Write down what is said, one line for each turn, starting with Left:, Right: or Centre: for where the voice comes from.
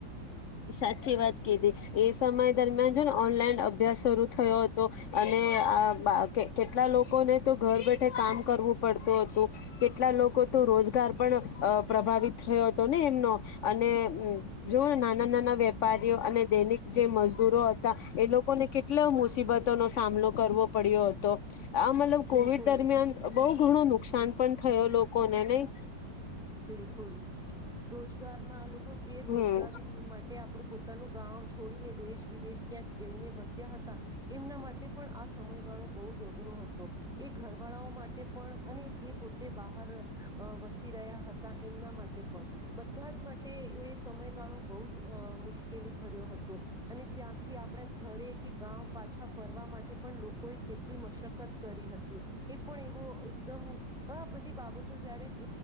Left: સાચી વાત કીધી. એ સમય દરમિયાન છે ને ઓનલાઇન અભ્યાસ શરૂ થયો હતો અને આ બા કેટ કેટલા લોકોને તો ઘર બેઠા કામ કરવું પડતું હતું. કેટલા લોકો તો રોજગાર પણ પ્રભાવિત થયો હતો ને એમનો અને જોને ના નાના નાના વેપારીઓ અને દૈનીક જે મજદૂરો હતા એ લોકોને કેટલા મુસીબતોનો સામનો કરવો પડ્યો હતો. આ મતલબ કોવિડ
Centre: બિલકુલ
Left: દરમિયાન બહુ ઘણોનું નુકશાન પણ થયો લોકોને નહીં?
Centre: બિલકુલ, રોજગારમાં લો જે
Left: હમ
Centre: રોજગારી માટે આપડું પોતાનું ગાવ છોડીને દેશ વિદેશ ક્યાંક જઈને વસ્યા હતા. એમના માટે પણ આ સમયગાળો બહુ જ અઘરો હતો. એ ઘરવાળાઓ માટે પણ અને જે પોતે બહાર અ વસી રહ્યા હ તા. એમના માટે પણ બધા જ મા ટે એ સમયગાળો બઉ જ અઅ મુશ મુશ્કેલી ભર્યો હતો અને જ્યાંથી આપડે ઘરે કે ગાવ પાછા ફરવા માટે પણ લોકોએ કેટલી મશકત કરી હતી. એ પણ એવો એકદમ આ બધી બાબતો જયારે જ